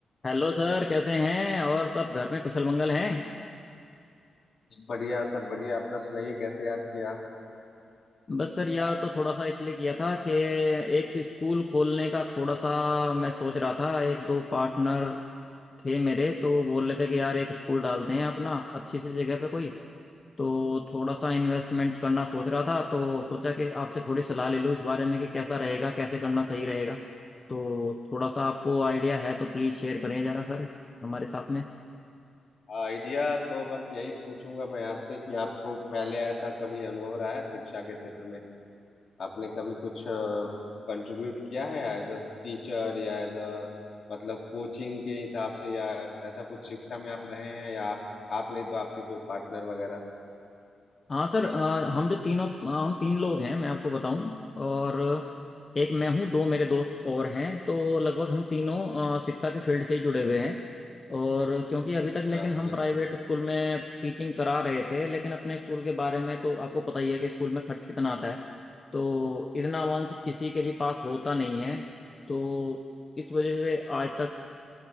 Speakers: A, on the left; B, on the left.
A: Hello sir कैसे हैं और सब घर में कुशल मंगल हैं
B: बढ़िया सब बढ़िया अपना सुनाइए कैसे याद किया
A: बस सर यह तो थोड़ा सा इसलिए किया था कि एक स्कूल खोलने का थोड़ा सा मैं सोच रहा था एक दो पार्टनर थे मेरे तो वो बोल रहे थे कि यार एक स्कूल डालते हैं अपना अच्छी सी जगह पे कोई तो थोड़ा सा इन्वेस्टमेंट करना सोच रहा था तो सोचा कि आपसे थोड़ी सलाह ले लूँ इस बारे में कि कैसा रहेगा कैसे करना सही रहेगा तो थोड़ा सा आपको आइडिया है तो प्लीज़ शेयर करें जरा सर हमारे साथ में
B: आइडिया तो बस यही पूछूंगा मैं आपसे कि आपको पहले ऐसा कभी अनुभव रहा है शिक्षा के क्षेत्र में आपने कभी कुछ कंट्रीब्यूट किया है एज अ टीचर या एज अ मतलब कोचिंग के हिसाब से या ऐसा कुछ शिक्षा में आप रहे हैं या आप, आप नहीं तो आपके कोई पार्टनर वगैरह
A: हाँ सर अ, हम जो तीनों अ, हम तीन लोग हैं मैं आपको बताऊं और एक मैं हूँ दो मेरे दोस्त और हैं तो लगभग हम तीनों अ, शिक्षा के फील्ड से ही जुड़े हुए हैं और क्योंकि अभी तक लेकिन
B: हाँ
A: हम
B: ये
A: प्राइवेट
B: तो बहुत अच्छी
A: स्कूल
B: बात
A: में टीचिंग करा रहे थे लेकिन अपने स्कूल के बारे में तो आपको पता ही है कि स्कूल में खर्च कितना आता है तो इतना अमाउंट किसी के भी पास होता नहीं है तो इस वजह से आज तक